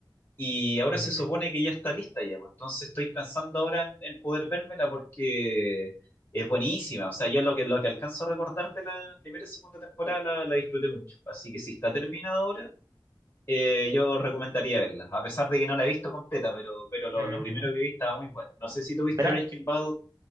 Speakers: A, on the left; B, on the right.
A: y ahora
B: <laughs>
A: se supone
B: Ujú,
A: que ya está lista ya, pues. Entonces estoy pensando ahora en, en poder vérmela porque es buenísima. O sea, yo lo que, lo que alcanzo a recordar de la primera y segunda temporada la, la disfruté mucho. Así que si está terminada ahora, eh, yo recomendaría verla. A pesar de que no la he visto completa, pero, pero lo,
B: ujú,
A: lo primero
B: ujú.
A: que vi estaba muy bueno. No sé si tuviste
B: Mira,
A: Breaking Bad.